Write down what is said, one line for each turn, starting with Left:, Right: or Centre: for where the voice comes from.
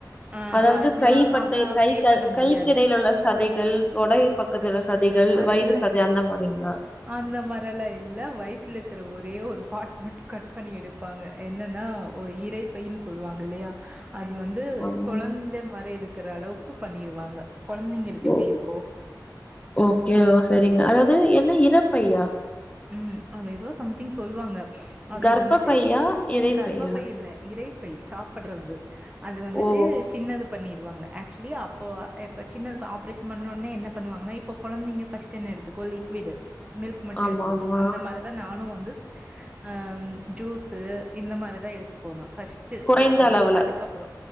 Right: ஆ
Left: அதாவது
Right: அவ்ளா
Left: கைப்பட்டை
Right: அவ்ளா
Left: கை
Right: பே
Left: கால்
Right: பண்ண முடியாது.
Left: கைக்கிடையில உள்ள சதைகள் தொடை பக்கத்துல சதைகள்
Right: அதுல
Left: வயிறு சதை அந்த மாரிங்களா
Right: அந்த மாரி எல்லா இல்ல வயித்துல இருக்கிற ஒரே ஒரு பார்ட் மட்டு கட் பண்ணி எடுப்பாங்க என்னன்னா இறைப்பைன்னு சொல்லுவாங்க இல்லையா அது வந்து
Left: ஆமா
Right: குழந்தை மாரி இருக்கிற அளவுக்கு பண்ணிருவாங்க குழந்தைங்களுக்கு
Left: ஓ
Right: எப்டி இருக்கு
Left: ஓகே ஓ சரிங்க அதாவது என்ன இரப்பையா
Right: ம் அத எதோ சம்திங் சொல்லுவாங்க அதை
Left: கர்ப்பப்பையா
Right: வந்துட்டு
Left: இரைப்பையா
Right: கர்பப்பை இல்ல இரை பை சாப்புட்றது அது வந்துட்டு
Left: ஓ
Right: சின்னது பண்ணிருவாங்க ஆக்சுவலி அப்போ இப்ப சின்னது ஆப்ரேஷன் பண்ணோனே என்ன பண்ணுவாங்கன்னா இப்ப குழந்தைங்க ஃபஸ்ட் டுன்னு எடுத்துக்கோ லிக்விடு மில்க் மட்டு
Left: ஆமா
Right: எடுத்துக்குவாங்க
Left: ஆமா
Right: அந்த மாரி நானு வந்து ஆ ஜூஸ் இந்த மாரிதா எடுத்துக்கணு ஃபஸ்ட் டு
Left: குறைந்த
Right: லிக்விடு
Left: அளவுல
Right: அதுக்கப்புற